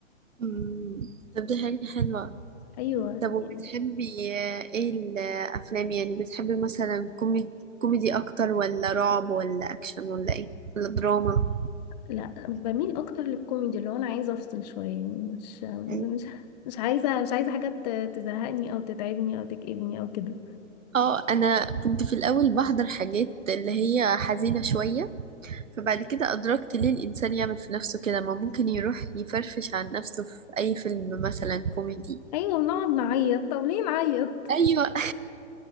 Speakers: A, on the right (about 80°); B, on the left (about 35°).
A: مم. طب دي حاجة حلوة
B: ايوه
A: طب وبتحبي
B: يعني
A: آه، ايه الافلام يعني بتحبي مثلا كوميدي كوميدي اكتر ولا رعب ولا اكشن ولا ايه ولا دراما
B: لا بميل اكتر للكوميدي اللي هو انا عايزه افصل شويه يعني مش
A: أيوة.
B: مش مش عايزه مش عايزه حاجه ت- تزهقني او تتعبني او تكئبني او كده
A: اه انا كنت في الاول بحضر حاجات اللي هي حزينة شوية فبعد كده ادركت ليه الانسان يعمل في نفسه كده ما ممكن يروح يفرفش عن نفسه في اي فيلم مثلا كوميدي
B: ايوه بنقعد نعيط طب ليه نعيط
A: ايوه